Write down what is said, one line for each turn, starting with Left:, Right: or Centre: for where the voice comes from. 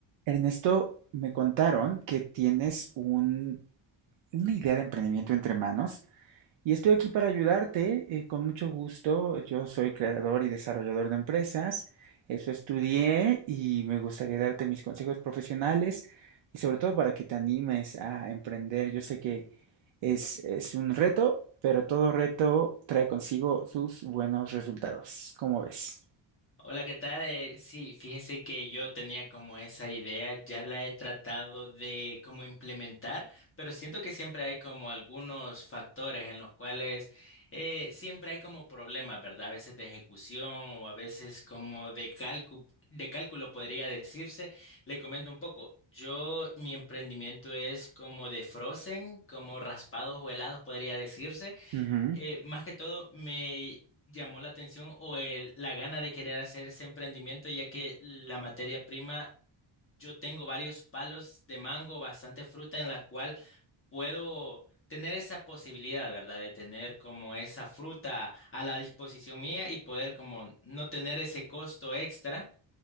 Right: Ernesto, me contaron que tienes un- una idea de emprendimiento entre manos y estoy aquí para ayudarte, eh, con mucho gusto. Yo soy creador y desarrollador de empresas, eso estudié y me gustaría darte mis consejos profesionales y sobre todo para que te animes a emprender. Yo sé que es, es un reto, pero todo reto trae consigo sus buenos resultados. ¿Cómo ves?
Left: Hola, ¿qué tal? Eh, sí, fíjese que yo tenía como esa idea, ya la he tratado de como implementar, pero siento que siempre hay como algunos factores en los cuales eh, siempre hay como problemas, ¿verdad? A veces de ejecución o a veces como de cálculo, de cálculo podría decirse. Le comento un poco. Yo, mi emprendimiento es como de frozen, como raspados o helados podría decirse
Right: Ujú.
Left: eh, más que todo me llamó la atención o el- la gana de querer hacer ese emprendimiento, ya que la materia prima, yo tengo varios palos de mango, bastante fruta en la cual puedo tener esa posibilidad, ¿verdad? De tener como esa fruta a la disposición mía y poder como no tener ese costo extra